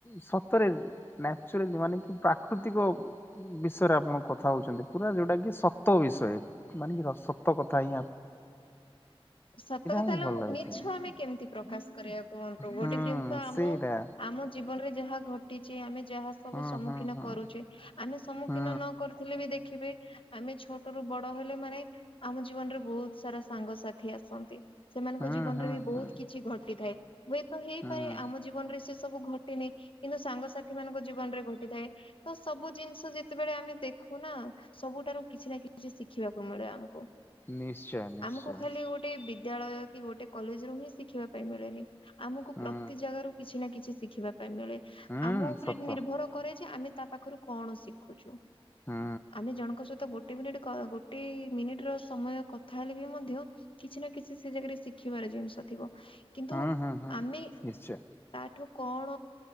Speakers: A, on the left; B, on the left.
A: ସତରେ ନ୍ୟାଚୁରାଲି ମାନେ କି ପ୍ରାକୃତିକ ବିଷୟରେ ଆପଣ କଥା ହଉଛନ୍ତି। ପୁରା ଯୋଉଟା କି ସତ ବିଷୟ ମାନେ କି ସତ କଥା ହି
B: ସତକଥା
A: ହିଁ
B: ହେଲେ
A: ଭଲ ଲାଗୁଛି
B: ମିଛ ଆମେ କେମିତି ପ୍ରକାଶ କରିବାକୁ କୁହନ୍ତୁ ଗୋଟେ
A: ହୁଁ
B: ଜିନଷ ଆମ
A: ସେଇଟା।
B: ଆମ ଜୀବନରେ ଯାହା ଘଟିଛି ଆମେ ଯାହା ସବୁ
A: ହୁଁ
B: ସମ୍ମୁଖୀନ
A: ହୁଁ ହୁଁ
B: କରୁଛେ ଆମେ ସମ୍ମୁଖୀନ
A: ହୁଁ
B: ନ କରୁଥିଲେ ବି ଦେଖିବେ ଆମେ ଛୋଟ ରୁ ବଡ ହେଲେ ମାନେ ଆମ ଜୀବନରେ ବହୁତ ସାରା ସାଙ୍ଗସାଥି ଆସନ୍ତି। ସେମାନଙ୍କ
A: ହୁଁ
B: ଜୀବନରେ
A: ହୁଁ
B: ବି ବହୁତ
A: ହୁଁ
B: କିଛି ଘଟିଥାଏ ହୁଏତ ହେଇପାରେ
A: ହୁଁ।
B: ଆମ ଜୀବନରେ ସେ ସବୁ ଘଟିନି କିନ୍ତୁ ସାଙ୍ଗସାଥି ମାନଙ୍କ ଜୀବନ ରେ ଘଟିଥାଏ ତ ସବୁ ଜିନିଷ ଯେତେବେଳେ ଆମେ ଦେଖ ଖୁ ନା ସବୁଠାରୁ କିଛି ନା କିଛି ଶିଖିବାକୁ ମିଳେ ଆମକୁ
A: ନିଶ୍ଚୟ ନିଶ୍ଚୟ।
B: ଆମକୁ ଖାଲି ଗୋଟେ ବିଦ୍ୟାଳୟ କି ଗୋଟେ କଲେଜ ରୁ ହିଁ ଶିଖିବା ପାଇଁ ମିଳେନି ଆମକୁ
A: ହୁଁ
B: ପ୍ରତି ଜାଗା ରୁ କିଛି ନା କିଛି ଶିଖିବା ମିଳେ
A: ହୁଁ
B: ଆମ ଉପରେ
A: ସତ
B: ନିର୍ଭର କରେ ଯେ ଆମେ ତା ପାଖରୁ କଣ ଶିଖୁଛୁ।
A: ହୁଁ।
B: ଆମେ ଜଣଙ୍କ ସହିତ ଗୋଟେ ମିନିଟ୍ ଗୋଟେ ମିନିଟ୍ ର ସମୟ କଥା ତାହେଲେ ବି ମଧ୍ୟ କିଛି ନା କିଛି ସେ ଜାଗାରେ ଶିଖିବାର ଜିନିଷ ଥିବ। କିନ୍ତୁ
A: ହୁଁ ହୁଁ ହୁଁ
B: ଆମେ
A: ନିଶ୍ଚୟ
B: ତାଠୁ କଣ